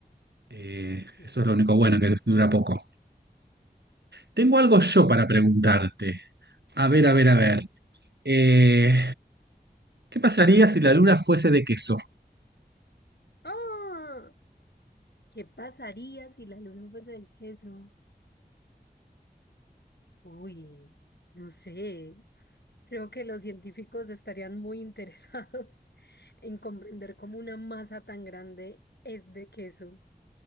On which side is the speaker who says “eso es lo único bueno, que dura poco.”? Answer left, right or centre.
Right